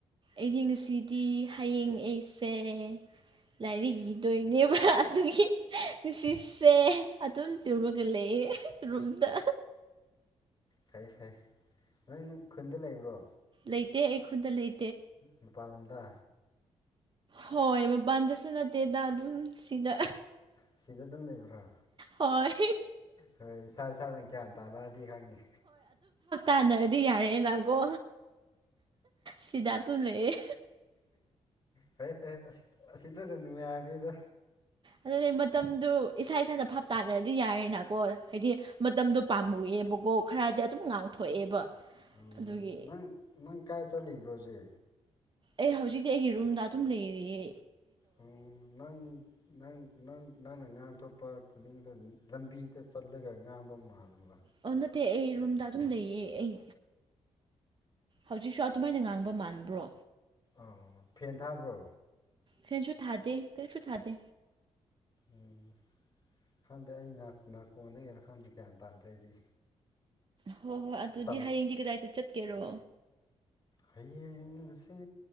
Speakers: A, on the right; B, on the left.
A: ꯑꯩꯗꯤꯡꯁꯤꯗꯤ ꯍꯌꯦꯡ ꯑꯩꯁꯦ ꯂꯥꯏꯔꯤꯛ ꯏꯗꯣꯏꯅꯦꯕ ꯑꯗꯨꯒꯤ ꯅꯨꯡꯁꯤꯁꯦ ꯑꯗꯨꯝ ꯇꯨꯔꯃꯒ ꯂꯩ ꯔꯨꯝꯗ
B: ꯐꯩ ꯐꯩ ꯅꯪ ꯈꯨꯟꯗ ꯂꯩꯕ꯭ꯔꯣ
A: ꯂꯩꯇꯦ ꯑꯩ ꯈꯨꯟꯗ ꯂꯩ
B: ꯃꯄꯥꯟ ꯂꯝꯗ
A: ꯍꯣꯏ ꯃꯄꯥꯟꯗꯁꯨ ꯅꯠꯇꯦꯗ ꯑꯗꯨꯝ ꯁꯤꯗ
B: ꯑꯁꯤꯗ ꯑꯗꯨꯝ ꯂꯩꯕ꯭ꯔꯣ
A: ꯍꯣꯏ
B: ꯍꯣꯏ ꯏꯁꯥ ꯏꯁꯥꯅ ꯒ꯭ꯌꯥꯟ ꯇꯥꯅꯔꯗꯤ ꯈꯪꯉꯦ
A: ꯁꯥꯟꯅꯔꯗꯤ ꯌꯥꯔꯦ ꯂꯥꯛꯀꯣ ꯁꯤꯗ ꯑꯗꯨꯝ ꯂꯩꯑꯦ
B: ꯐꯔꯦ ꯐꯔꯦ ꯑꯁꯤꯗ ꯑꯗꯨꯝ ꯉꯥꯏꯅꯤꯗꯣ
A: ꯑꯗꯨꯗꯤ ꯃꯇꯝꯗꯨ ꯏꯁꯥ ꯏꯁꯥꯅ ꯐꯥꯞ ꯇꯥꯅꯔꯅꯤ ꯍꯥꯏꯗꯤ ꯌꯥꯔꯤꯦꯅꯀꯣ ꯍꯥꯏꯗꯤ ꯃꯇꯝꯗꯣ ꯄꯥꯝꯃꯨꯑꯦꯕꯀꯣ ꯈꯔꯗꯤ ꯑꯗꯨꯝ ꯉꯥꯡꯊꯣꯛꯑꯦꯕ
B: ꯎꯝ
A: ꯑꯗꯨꯒꯤ
B: ꯅꯪ ꯅꯪ ꯀꯥꯏ ꯆꯠꯂꯤꯕ꯭ꯔꯣꯁꯦ
A: ꯑꯩ ꯍꯧꯖꯤꯛꯇꯤ ꯑꯩꯒꯤ ꯔꯨꯝꯗ ꯑꯗꯨꯝ ꯂꯩꯔꯤ‌ꯌꯦ
B: ꯑꯣ ꯅꯪ ꯅꯪ ꯅꯪ ꯅꯪꯅ ꯉꯥꯡꯊꯣꯛꯄ ꯈꯨꯗꯤꯡꯗ ꯂꯝꯕꯤꯗ ꯆꯜꯂꯒ ꯉꯥꯡꯕ ꯃꯥꯜꯂ
A: ꯑꯣ ꯅꯠꯇꯦ ꯑꯩ ꯔꯨꯝꯗ ꯑꯗꯨꯝ ꯂꯩꯌꯦ ꯑꯩ ꯍꯧꯖꯤꯛꯁꯨ ꯑꯗꯨꯃꯥꯏꯅ ꯉꯥꯡꯕ ꯃꯥꯟꯕ꯭ꯔꯣ
B: ꯑ ꯐꯦꯟ ꯊꯥꯕ꯭ꯔꯣ
A: ꯐꯦꯟꯁꯨ ꯊꯥꯗꯦ ꯀꯔꯤꯁꯨ ꯊꯥꯗꯦ
B: ꯎꯝ ꯈꯪꯗꯦ ꯑꯩ ꯅꯥꯀꯣꯟꯅꯒꯅ ꯈꯪꯗꯦ ꯒ꯭ꯌꯥꯟ ꯇꯥꯗ ꯑꯩꯗꯤ
A: ꯍꯣꯏ ꯍꯣꯏ ꯑꯗꯨꯗꯤ
B: ꯇꯝ
A: ꯍꯌꯦꯡꯗꯤ ꯀꯗꯥꯏꯗ ꯆꯠꯀꯦꯔꯣ
B: ꯍꯌꯦꯡꯕꯁꯤ